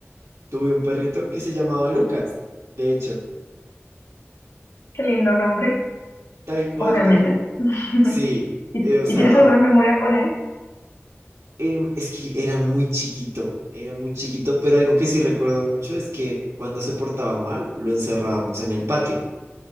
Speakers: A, on the right; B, on the left.
A: tuve un perrito que se llamaba Lucas. De hecho,
B: Qué lindo nombre,
A: tal cual,
B: obviamente.
A: tal.
B: <laughs>
A: Sí,
B: ¿Y,
A: eh, o sea,
B: y tienes alguna memoria con él?
A: em, es que era muy chiquito, era muy chiquito, pero algo que sí recuerdo mucho es que cuando se portaba mal, lo encerrábamos en el patio.